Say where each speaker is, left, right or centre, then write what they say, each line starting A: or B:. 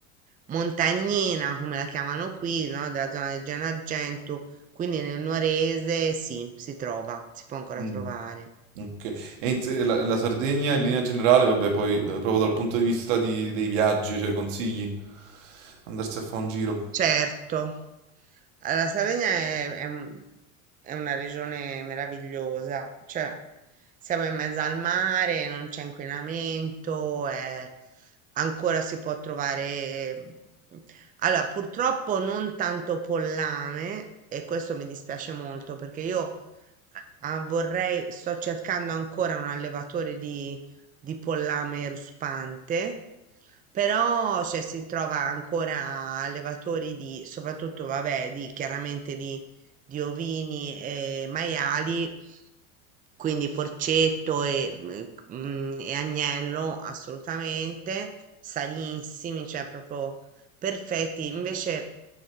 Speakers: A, on the right; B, on the right.
A: montagnina, come la chiamano qui, no? Della zona del Gennargentu, quindi nel Nuorese sì, si trova, si può ancora
B: mm,
A: trovare.
B: ok. E in se- la, la Sardegna in linea generale, vabbè, poi eh, proprio dal punto di vista di- dei viaggi, cioè consigli andarsi a fare un giro.
A: Certo. La Sardegna è, è un- è una regione meravigliosa, cioè siamo in mezzo al mare, non c'è inquinamento, è- ancora si può trovare... mhmm, Allora, purtroppo non tanto pollame e questo mi dispiace molto perché io ah, vorrei, sto cercando ancora un allevatore di, di pollame ruspante però cioè, si trova ancora allevatori di, soprattutto vabbè, di, chiaramente di, di ovini e maiali quindi porcetto e, mm, mm, e agnello assolutamente sanissimi, cioè proprio perfetti. Invece